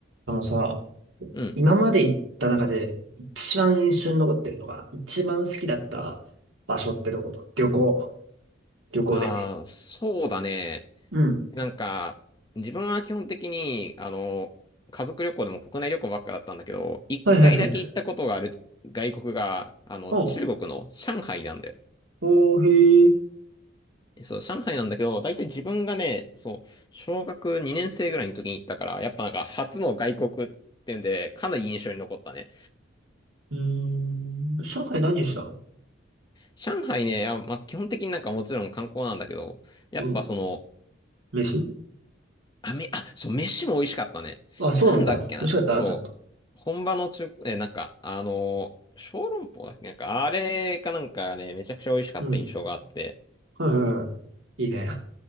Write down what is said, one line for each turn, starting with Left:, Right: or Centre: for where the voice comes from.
Right: あのさ、
Left: うん。
Right: 今まで行った中で一番印象に残ってるのが、一番好きだった場所ってどこだ旅行。旅行で。
Left: ああ、そうだね。
Right: うん。
Left: なんか、自分は基本的に、あの、家族旅行でも国内旅行ばっかだったんだけど、一回だけ行ったことがある外国が、
Right: はいはいはい。
Left: あの、
Right: お
Left: 中国の上海なんで。
Right: おーへー。
Left: そう、上海なんだけど、大体自分がね、そう、小学2年生ぐらいの時に行ったから、やっぱなんか初の外国っていうんで、かなり印象に残ったね。
Right: うーん。上海何したの
Left: 上海ね、あ、まあ、基本的になんかもちろん観光なんだけど、やっぱその、
Right: うん。飯
Left: あ、め、あ、そう、飯も美味しかったね。
Right: あ、そうなんだ。
Left: なんだっけな、
Right: 美味しかったちょっと。
Left: そう、本場の中、え、なんか、あのー、小籠包だっけ、なんか、あれかなんかね、めちゃくちゃ美味しかった印象があって。
Right: うん。はいはいはい。いいね。